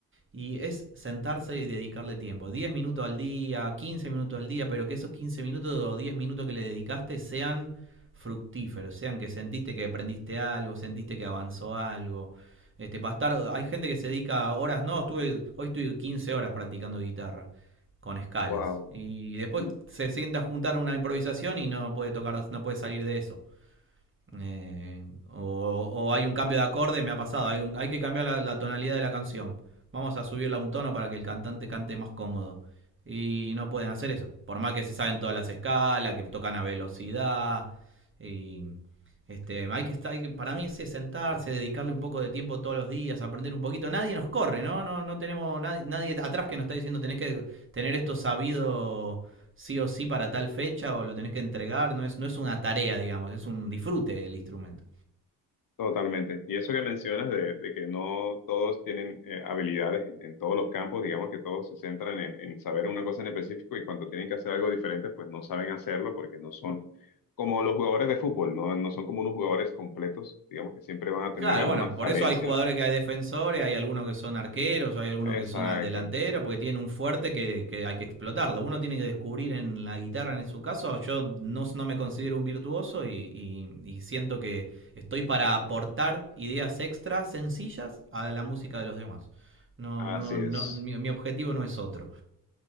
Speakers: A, on the right; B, on the left.
A: Y es sentarse y dedicarle tiempo. diez minutos al día, 15 minutos al día, pero que esos 15 minutos o 10 minutos que le dedicaste sean fructíferos, sean que sentiste que aprendiste algo, sentiste que avanzó algo. Este, para estar, hay gente que se dedica horas, no, estuve, hoy estuve 15 horas practicando guitarra con escalas.
B: wow,
A: Y después
B: uh,
A: se sienta a juntar una improvisación y no puede tocar, no puede salir de eso. Eh, o, o hay un cambio de acorde, me ha pasado. Hay, un- hay que cambiar la, la tonalidad de la canción. Vamos a subirla un tono para que el cantante cante más cómodo. Y no pueden hacer eso. Por más que se saben todas las escalas, que tocan a velocidad. Y este, hay que estar, hay que- para mí es sentarse, dedicarle un poco de tiempo todos los días, aprender un poquito. Nadie nos corre, ¿no? No, no tenemos nadie, nadie atrás que nos está diciendo tenés que tener esto sabido sí o sí para tal fecha o lo tenés que entregar, no es, no es una tarea, digamos, es un disfrute del instrumento.
B: totalmente. Y eso que mencionas de, de que no todos tienen eh, habilidades en, en todos los campos, digamos que todos se centran en, en saber una cosa en específico y cuando tienen que hacer algo diferente, pues no saben hacerlo porque no son como los jugadores de fútbol, no, no son como unos jugadores completos, digamos que siempre van a tener
A: Claro,
B: algunas
A: bueno, por
B: falencias.
A: eso hay jugadores que hay defensores, hay algunos que son arqueros, hay algunos
B: Exacto,
A: que son delanteros, porque tienen un fuerte que, que hay que explotarlo. Uno tiene que descubrir en la guitarra, en su caso, yo no, no me considero un virtuoso y, y, y siento que estoy para aportar ideas extra sencillas a la música de los demás. No,
B: así
A: no, no,
B: es.
A: mi, mi objetivo no es otro.